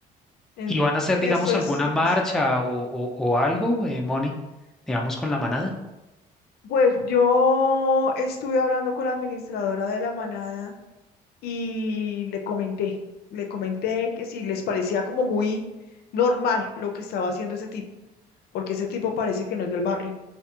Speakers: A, on the left (about 70°); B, in the centre.
A: en-
B: ¿Y van a hacer, digamos,
A: eso es
B: alguna
A: difícil.
B: marcha o, o- o algo, eh, Moni, digamos, con la manada?
A: Pues yo estuve hablando con la administradora de la manada y le comenté, le comenté que si les parecía como muy normal lo que estaba haciendo ese tipo, porque ese tipo parece que no es del barrio,